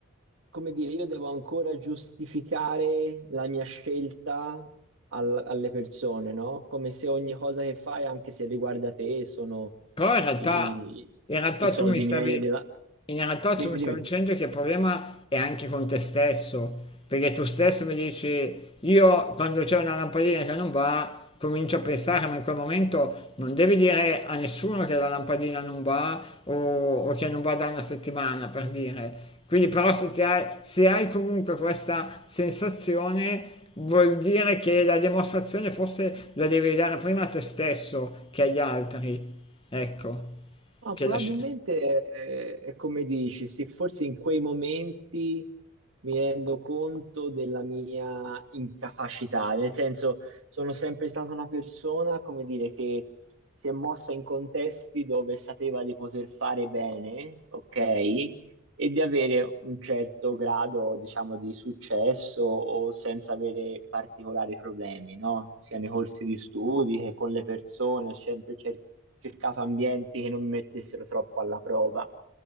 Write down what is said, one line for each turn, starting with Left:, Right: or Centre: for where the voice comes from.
Right: come dire, io devo ancora giustificare la mia scelta al- alle persone, no? Come se ogni cosa che fai, anche se riguarda te, sono
Left: Però in realtà,
Right: i,
Left: in realtà
Right: i soldi
Left: tu mi stavi,
Right: miei e della...
Left: in realtà
Right: Dimmi,
Left: tu mi stavi
Right: dimmi.
Left: dicendo che il problema è anche con te stesso, perché tu stesso mi dici, io quando c'è una lampadina che non va, comincio a pensare, ma in quel momento non devi dire a nessuno che la lampadina non va o, o che non va da una settimana, per dire. Quindi però se, ti hai, se hai comunque questa sensazione vuol dire che la dimostrazione forse la devi dare prima a te stesso che agli altri. Ecco,
Right: No,
Left: che
Right: probabilmente
Left: la sci-
Right: è, è come dici, sì, forse in quei momenti mi rendo conto della mia incapacità, nel senso sono sempre stata una persona, come dire, che si è mossa in contesti dove sapeva di poter fare bene, ok? e di avere un certo grado, diciamo, di successo o senza avere particolari problemi, no? Sia nei corsi di studi che con le persone, ho sempre cer- cercato ambienti che non mi mettessero troppo alla prova.